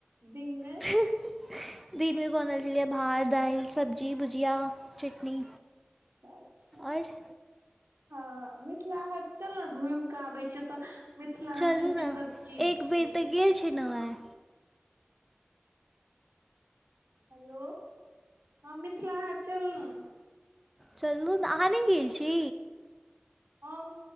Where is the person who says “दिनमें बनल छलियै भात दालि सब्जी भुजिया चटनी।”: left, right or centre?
Centre